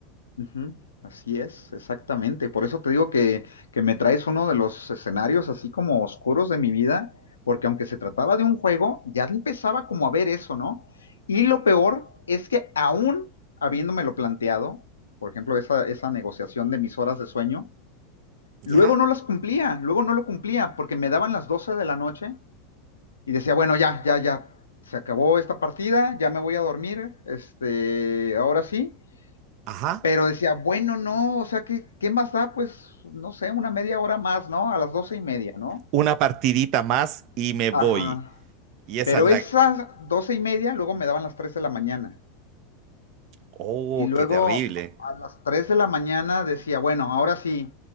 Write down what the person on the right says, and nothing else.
¿ya?
Ajá.
Una partidita más y me voy.
Y esa
es la...
Oh,
qué terrible.